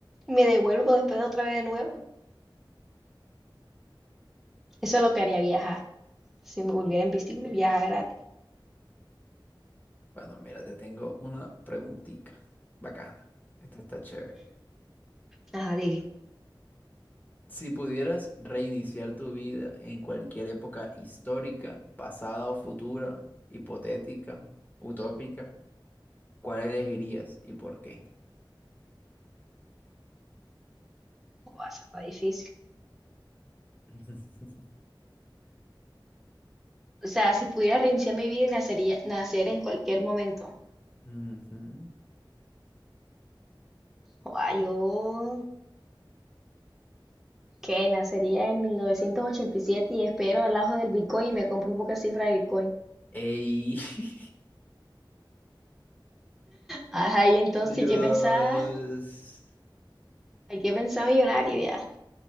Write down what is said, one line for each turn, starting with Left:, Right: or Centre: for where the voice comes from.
Centre: Me devuelvo después de otra vez de nuevo. Eso es lo que haría viajar. Si me volviera invisible, viajar gratis.
Left: Bueno, mira, te tengo una preguntita bacana. Esta está chévere.
Centre: Ajá, dile.
Left: Si pudieras reiniciar tu vida en cualquier época histórica, pasada o futura, hipotética, utópica, ¿cuál elegirías y por qué?
Centre: O sea, está difícil.
Left: <laughs>
Centre: O sea, si pudiera reiniciar mi vida, nacería, nacer en cualquier momento.
Left: Ujú.
Centre: O sea, yo ¿qué nacería en 1987 y siete y espero al ajo del Bitcoin y me compro un poco de cifra de Bitcoin.
Left: ¡Ey! <laughs>
Centre: Ajá, y entonces,
Left: Dios.
Centre: ¿y qué pensaba? hay que pensar millonario ya?